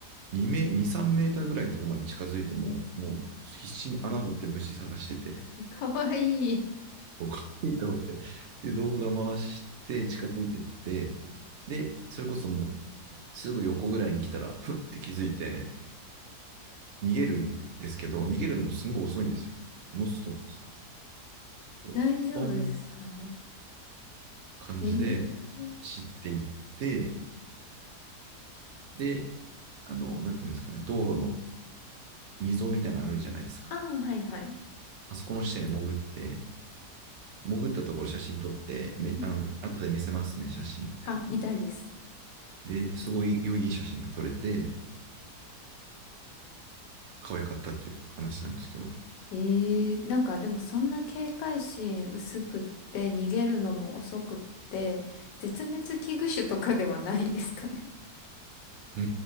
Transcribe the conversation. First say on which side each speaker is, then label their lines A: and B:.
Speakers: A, on the right; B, on the left.
A: 2メ、2、3メーターぐらいのところまで近づいても、もう必死に穴掘って虫探してて、
B: ー、かわいい。
A: <laughs> こうと思って、で、動画回して近づいてって、で、それこそもうすぐ横ぐらいに来たら、ふって気づいて、逃げるんですけど、逃げるのもすんごい遅いんですよ。ノストのポン、
B: 大丈夫ですか
A: 感じで走っていって、
B: えー。
A: で、あの、なんていうんですかね、道路の溝みたいなのあるじゃないですか。
B: ああ、はいはい。
A: あそこの下に潜って、潜ったところ写真撮って、め、
B: うん
A: あの、後で見せますね、写真。
B: あ、見たいです。
A: で、すごい良い写真が撮れて、可愛かったっていう話なんですけど。う
B: ええなんかでもそんな警戒心薄くって逃げるのも遅くって絶滅危惧種とかではないんですかね。
A: ー